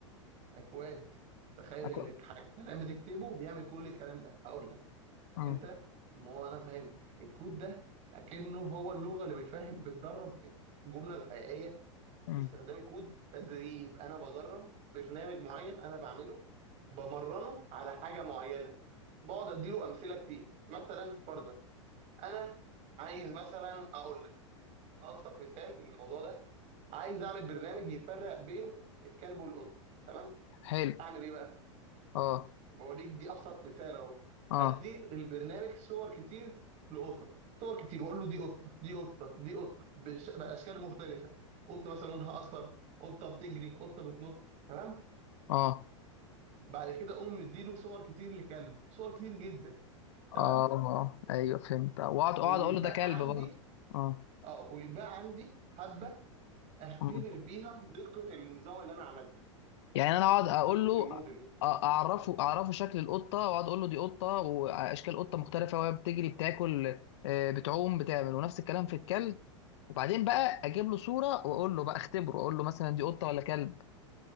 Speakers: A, on the right; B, on the left.
A: اكواد تخيل
B: اكواد
A: انك ح- كلام بتكتبه بيعمل كل الكلام ده هقول لك
B: امم
A: انت ما هو انا فاهم الكود ده اكنه هو اللغه اللي بتفهم بتدرب الجمله الحقيقيه
B: امم
A: باستخدام الكود تدريب انا بدرب برنامج معين انا بعمله بمرنه على حاجه معينه بقعد اديله امثله كتير مثلا فرضا انا عايز مثلا اقول لك ابسط مثال للموضوع ده عايز اعمل برنامج يفرق بين الكلب والقطه تمام
B: حلو
A: اعمل ايه بقى
B: اه
A: بوريك دي ابسط مثال اهو
B: اه
A: هدي للبرنامج صور كتير لقطط صور كتير واقول له دي قطه دي قطه دي قطه بش- باشكال مختلفه قطه مثلا لونها اصفر قطه بتجري قطه بتنط تمام
B: اه
A: بعد كده اقوم مديله صور كتير لكلب صور كتير جدا تمام
B: اه آه، ايوه فهمت واقعد
A: وبيتبقى
B: اقعد اقول له ده كلب
A: عندي
B: برضه اه
A: اه وبيتبقى عندي حبه اختبر
B: مم.
A: بيها دقه النظام اللي انا عملته
B: يعني انا اقعد اقول
A: دقه
B: له
A: الموديل
B: أ- اعرفه اعرفه شكل القطه واقعد اقول له دي قطه واشكال قطه مختلفه وهي بتجري بتاكل آه، بتعوم بتعمل ونفس الكلام في الكلب وبعدين بقى اجيب له صوره واقول له بقى اختبره اقول له مثلا دي قطه ولا كلب